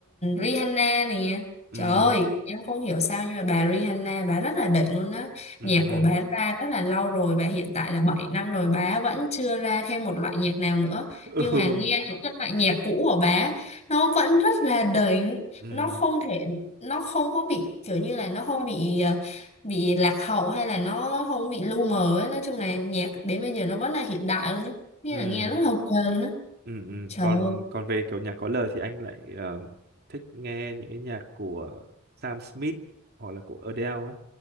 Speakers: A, on the left; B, on the right.
A: Rihanna nè
B: ừm
A: trời ơi em không hiểu sao nhưng mà bà Rihanna bà rất là đỉnh luôn đó
B: ừm
A: nhạc của
B: ừm
A: bà ra rất là lâu rồi bà hiện tại là 7 năm rồi bà vẫn chưa ra thêm một loại nhạc nào nữa
B: <laughs>
A: nhưng
B: ừ
A: mà nghe những cái loại nhạc cũ của bà nó vẫn rất là đỉnh
B: ừm
A: nó không thể nó không có bị kiểu như là nó không bị ờ, bị lạc hậu hay là nó không bị lu mờ ấy. Nói chung là nhạc đến bây giờ nó vẫn là hiện đại luôn á nghĩa
B: ừm
A: là nghe rất là ok luôn á
B: ừm ừm.
A: trời
B: còn
A: ơi
B: còn về kiểu nhạc có lời thì anh lại ờ, thích nghe những cái nhạc của Sam Smith hoặc là của Adele ấy.